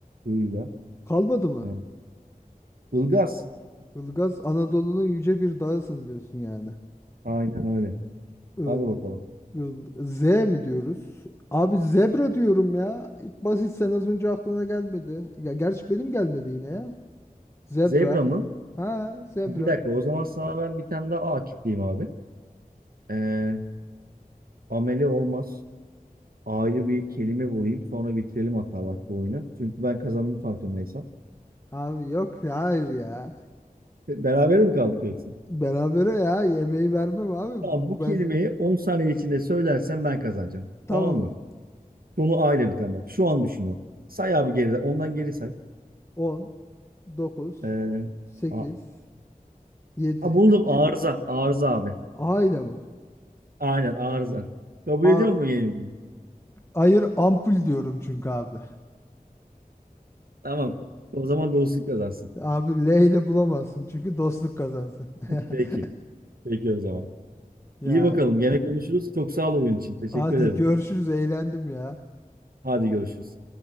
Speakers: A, on the right; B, on the left.
A: Hıyla.
B: Kalmadı mı?
A: Ee, ılgaz.
B: Ilgaz Anadolu'nun yüce bir dağısın diyorsun yani.
A: Aynen öyle.
B: Il,
A: Hadi bakalım.
B: il- Z mi diyoruz? Abi zebra diyorum ya. İlk basit sen az önce aklına gelmedi. Ya gerçi benim gelmedi yine ya. Zebra.
A: Zebra mı?
B: Ha zebra.
A: Ha, Bir dakika o zaman sana ben bir tane daha A kitleyeyim abi. Ee, ameli olmaz. A'yı bir kelime bulayım. Sonra bitirelim hatta bak bu oyunu. Çünkü ben kazandım farkındaysam.
B: Abi yok ya hayır ya.
A: Beraber mi kaldık yoksa?
B: Berabere ya yemeği vermem abi.
A: Tamam
B: Bu-
A: bu kelimeyi
B: Ben
A: 10 saniye içinde söylersen ben kazanacağım.
B: tamam
A: Tamam
B: mı?
A: mı? Sonu A ile biten bak. Şu an düşünüyorum. Say abi geriden. Ondan geri say.
B: 10, 9,
A: Ee,
B: 8,
A: a,
B: 7.
A: a, buldum arıza. Arıza abi.
B: <laughs> A ile mi?
A: Aynen arıza. Kabul
B: A,
A: ediyor mu yenilgiyi?
B: hayır ampul diyorum çünkü abi.
A: Tamam. O zaman dostluk kazansın.
B: Abi L ile bulamazsın çünkü dostluk kazansın. <laughs>
A: Peki. Peki o zaman.
B: Yani
A: İyi bakalım. Gene konuşuruz. Çok sağ ol oyun için. Teşekkür
B: Hadi
A: ederim.
B: görüşürüz eğlendim ya.
A: Hadi görüşürüz.